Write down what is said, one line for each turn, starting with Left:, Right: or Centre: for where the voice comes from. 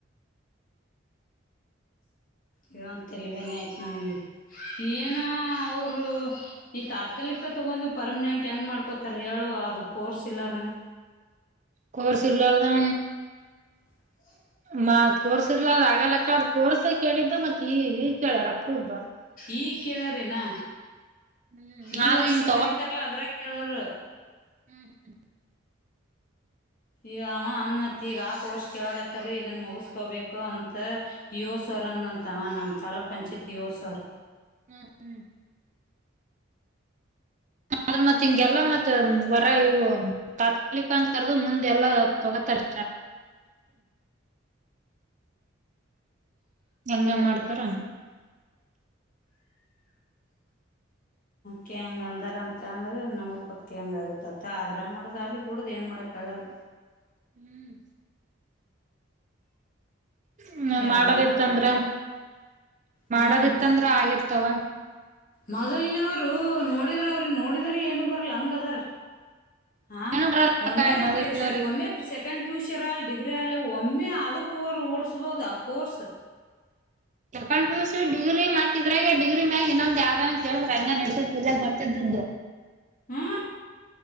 Left: ಇಂದು ತಲವೇನ ಆಯ್ತು ಮನಗೆ ಏನೋ ಅವರು. ಈ ತಾತ್ಕಾಲಿಕ ತಗೊಂಡು ಪರ್ಮನೆಂಟ್ ಹೆಂಗ್ ಮಾಡ್ಕೊತಾರ ಹೇಳು ಅದು ಕೋರ್ಸ್ ಇಲ್ಲಾರನನೆ.
Right: ಕರ್ ಸುಳ್ಳಾಲದಾ.
Left: <inaudible>
Right: ಮ ಕೋರ್ಸಿರ್ಲಾರ ಆಗಲಕ್ಕ ಅ ಕೋರ್ಸ ಕೇಳಿದ್ದ ಮತ್ ಈ ಈಗ್ ಕೇಳ್ಯಾರ ಅಪ್ ಒಬ್ಬ.
Left: ಈಗ ಕೇಳ್ರೇನಾ
Right: ಹ್ಮ್
Left: ಈ
Right: ಆದ್ರ
Left: ವರ್ಷ
Right: ಹಿಂಗ್
Left: ಕರತಾರಲ್ಲಾ ಅದ್ರ ಕೇಳರು.
Right: ಹ್ಮ್ ಹ್ಮ್.
Left: ಈಗ ಅವ ಅನ್ನತ್ತ ಈಗ ಆ ಕೋರ್ಸ್ ಕೆಳಗತ್ತಾರೀ ಇದನ್ನ ಮುಗಿಸ್ಕೊಬೇಕು ಅಂತ. ಇ ಸರ್ ಅಂದಂತಾವ ನಮ್ಮ್ ತಾಲೂಕ್ ಪಂಚಾಯತಿ ಸರ್.
Right: ಹ್ಮ್ ಹ್ಮ್. ಆದ್ರ ಮತ್ ಹಿಂಗೆಲ್ಲ ಮತ್ತ ವರ ಇವು. ತಾತ್ಕಾಲಿಕ ಅಂತ ಕರೆದು ಮುಂದೆಲ್ಲಾ ತಗೋತಾರೆ. ಹಂಗ ಮಾಡ್ತಾರ.
Left: ಕೆ ಹೆಂಗ ಅಂದಾರ ಅಂತಂದ್ರೆ ನೋಡ್ಬೇಕಕ್ ಹೆಂಗ ಆಗುತ್ತತ್ತ ಆದದ್ರ ಮಾಡ್ದ್ ಅಲಿ ಕೂಡುದ ಏನ್ ಮಾಡಕ್ಕ ಆಗಲ್ಲ.
Right: ಹ್ಮ್ ಹ್ಮ
Left: ಯಾವರ
Right: ಮಾಡದಿತ್ತಂದ್ರ
Left: ಮಾಡ್ಕೊತವ ಹ್ಮ್
Right: ಮಾಡೋದಿತ್ತಂದ್ರ ಆಗಿರ್ತಾವ
Left: ಮೊದಲ್ನವರು ನೋಡಿದ್ರ ಅವ್ರಿ ನೋಡಿದ್ರಿ ಏನು ಬರಲ್ಲ ಹಂಗ ಅದಾರ ಹಾ
Right: ಏನು ಬರಲ್ಲಕ್ಕ
Left: ಒಮ್ಮೆ
Right: ಮೊದಲ್ನೋರಿಗ್.
Left: ಪ ಒಮ್ಮೆ ಸೆಕೆಂಡ್ ಪಿಯುಸಿ ಅಲ್ ಡಿಗ್ರಿ ಆಲಿ ಒಮ್ಮೆ ಅದಕ್ ಓಡಸ್ಬಹದು ಆ ಕೋರ್ಸ್
Right: ಸೆಕೆಂಡ್ ಪಿಯುಸಿ ಡಿಗ್ರಿ ಮತ್ ಇದ್ರಾಗ ಡಿಗ್ರಿ ಮ್ಯಾಗ ಇನ್ನೊಂದ್ ಯಾವ್ದನ ಕೇಳಿದ್ರ ಹಂಗ ನಡತತಿ ಇಲ್ಲ ಗೊತ್ತಿದ್ದ್
Left: ಹ್ಮ್